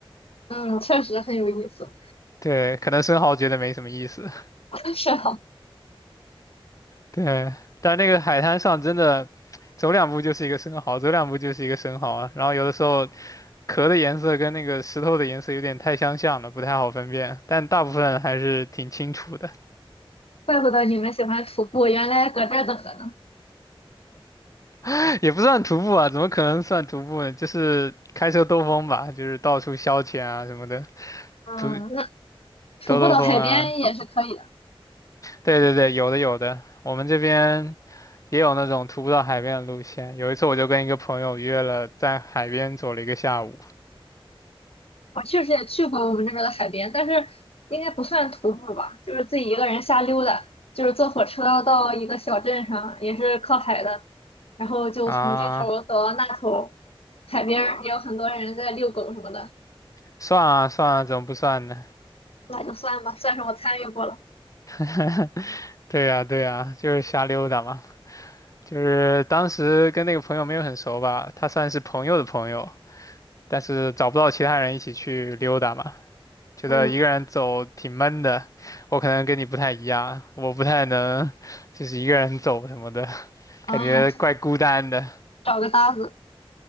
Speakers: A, on the left; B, on the left.
A: 嗯，确实很有意思。
B: 对，可能生蚝觉得没什么意思。
A: <laughs> 是啊，
B: 对，但那个海滩上真的，走两步就是一个生蚝，走两步就是一个生蚝啊。然后有的时候壳的颜色跟那个石头的颜色有点太相像了，不太好分辨。但大部分还是挺清楚的，
A: 怪不得你们喜欢徒步，原来搁这儿等着呢。
B: <laughs> 也不算徒步啊，怎么可能算徒步呢？就是开车兜风吧，就是到处消遣啊什么的，
A: 嗯，
B: 徒
A: 那徒步到海边也是可以的。
B: 兜兜风啊。对对对，有的有的，我们这边也有那种徒步到海边的路线。有一次我就跟一个朋友约了在海边走了一个下午
A: 我确实也去过我们这边的海边，但是应该不算徒步吧，就是自己一个人瞎溜达。就是坐火车到一个小镇上，也是靠海的，然后就从这头走到那头，
B: 啊。
A: 海边儿也有很多人在遛狗什么的，
B: 算啊算啊，怎么不算呢？
A: 那就算吧，算是我参与过了。
B: <laughs> 对呀对呀，就是瞎溜达嘛。就是当时跟那个朋友没有很熟吧，他算是朋友的朋友，但是找不到其他人一起去溜达嘛，觉得一个人走挺闷的。
A: 嗯
B: 我可能跟你不太一样，我不太能就是一个人走什么的，
A: 啊，
B: 感觉怪孤单的。
A: 找个搭子。